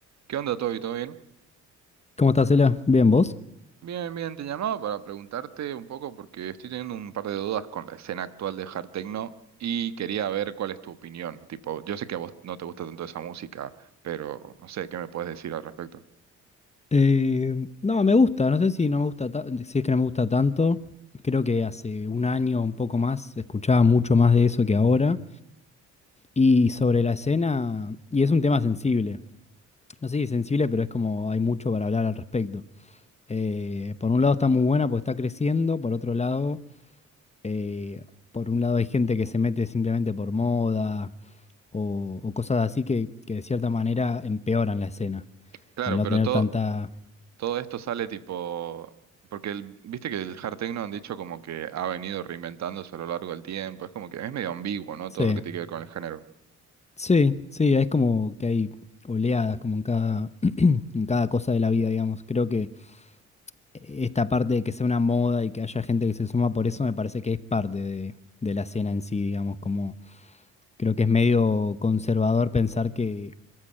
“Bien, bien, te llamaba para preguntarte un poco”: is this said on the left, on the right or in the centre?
Right